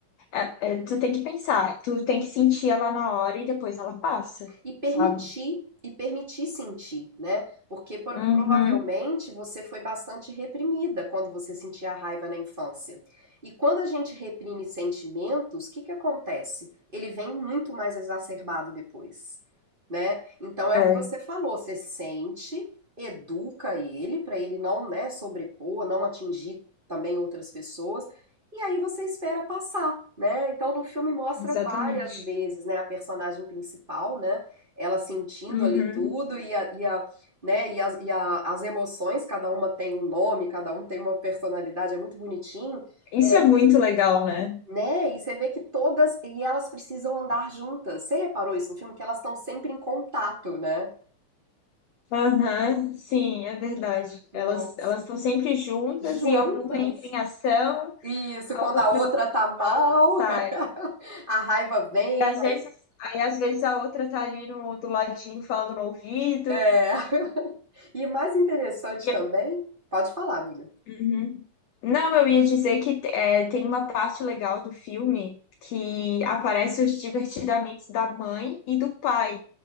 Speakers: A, on the left; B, on the right.
A: É, é, tu tem que pensar, tu tem que sentir ela na hora e depois ela passa,
B: e permitir
A: sabe?
B: e permitir sentir, né? Porque por-
A: Uhum.
B: provavelmente você foi bastante reprimida quando você sentia a raiva na infância. E quando a gente reprime sentimentos, o que que acontece? Ele vem muito mais exacerbado depois, né? Então é
A: É,
B: o
A: é,
B: que você falou, você sente, educa ele para ele não, né, sobrepor, não atingir também outras pessoas. E aí você espera passar, né? Então no filme mostra
A: exatamente.
B: várias vezes, né, a personagem principal, né? ela sentindo
A: Uhum.
B: ali tudo e, a, e, a, né, e, as, e a- as emoções, cada uma tem um nome, cada um tem uma personalidade, é muito bonitinho,
A: Isso
B: é,
A: é muito legal, né?
B: né? E você vê que todas, e elas precisam andar juntas. Você reparou isso no filme? Que elas estão sempre em contato, né?
A: Aham, sim, é verdade.
B: Nossa.
A: Elas elas estão sempre juntas
B: Juntas.
A: e alguma entra em ação,
B: Isso,
A: a
B: quando
A: outra
B: a outra tá mal,
A: a outra sai.
B: <laughs> a raiva vem.
A: E às vezes, aí às vezes a outra tá ali no do ladinho falando no ouvido
B: É.
A: e,
B: <laughs> E mais interessante
A: e-
B: também, pode falar, amiga.
A: uhum. Não, eu ia dizer que é, tem uma parte legal do filme que aparece os divertidamente da mãe e do pai